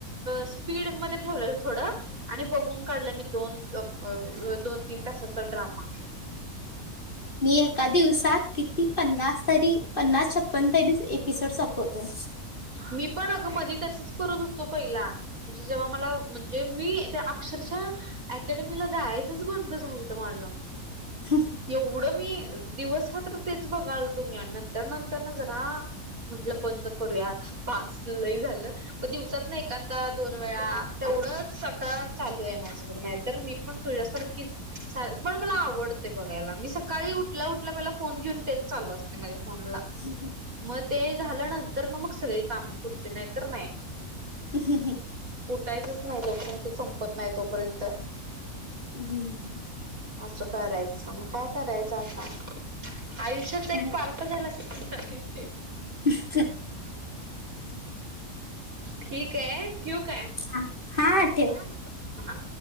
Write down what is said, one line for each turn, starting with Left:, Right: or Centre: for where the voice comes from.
Right: स्पीडमध्ये ठेवलंल थोडं आणि बघून काढलंय मी दोन अब अ अ दोन तीन तासाच ड्रामा.
Left: मी एका दिवसात किती पन्नास तरी पन्नास, छप्पन तरी एपी. चट सापडतोय.
Right: मी पण अग मधी तसच करत होतो पहिला म्हणजे जेव्हा मला जे मी त्या अक्षरशः अकॅडमीला जायचंच बंद झालत माझं.
Left: <inaudible>
Right: एवढं मी दिवस रात्र तेच बघालतो मी आणि नंतर नंतर जरा म्हंटलं बंद करूया आता बास लई झालं. पण दिवसातनं एखांदा दोन वेळा तेवढंच सतत चालू आहे माझं. नाही तर मी पण तुझ्या सारखीच सार पण मला आवडते बघायला. मी सकाळी उठल्या उठल्या पहिला फोन घेऊन तेच चालू असते माझ्या फोनला.
Left: <inaudible>
Right: मग ते झाल्यानंतरन मग सगळी काम पुढची नाही तर नाही.
Left: <inaudible>
Right: उठायचंच नाही जोपर्यंत संपत नाही तोपर्यंत.
Left: हम्म.
Right: असं करायचं मग काय करायचं आता. आयुष्यात त्याचा
Left: हा
Right: एक पार्ट झाला असं <unintelligible>
Left: <inaudible>
Right: ठीक आहे. ठेऊ काय?
Left: हा, हा ठेव.
Right: हा.